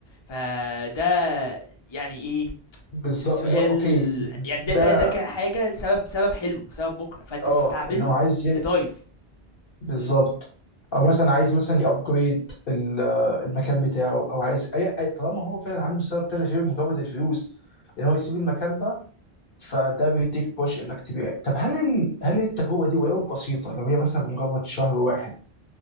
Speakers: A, on the left (about 35°); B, on the left (about 60°).
A: فده يعني ايه
B: بالظبط
A: سو- سؤال
B: اللي هو اوكي
A: يعني ده
B: ده
A: ده ده كان حاجه سبب سبب حلو سبب مقنع فانت
B: اه
A: تستعمله
B: ان هو عايز ين...
A: تدايف
B: بالظبط
A: امم
B: او مثلا عايز مثلا يابجريد المكان بتاعه او عايز أي أي- طالما هو فعلا عنده سبب تاني غير مجرد الفلوس ان هو يسيب المكان ده فده بيديك بوش انك تبيع طب هل ال...
A: امم
B: هل التجربه دي ولو بسيطه لو هي مثلا مجرد شهر واحد